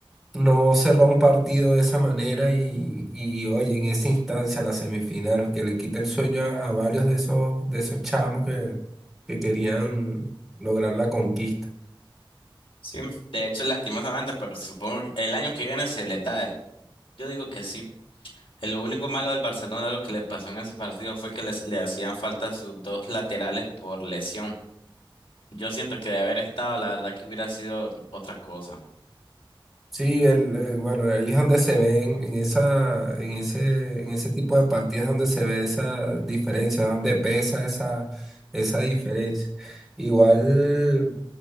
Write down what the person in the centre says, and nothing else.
no cerrar un partido de esa manera y, y oye, en esa instancia, la semifinal, que le quita el sueño a, a varios de esos, de esos chamos que, que querían lograr la conquista.
Sí, el, eh, bueno, ahí es donde se ven, en esa, en ese, en ese tipo de partidas donde se ve esa diferencia, donde pesa esa, esa diferencia. Igual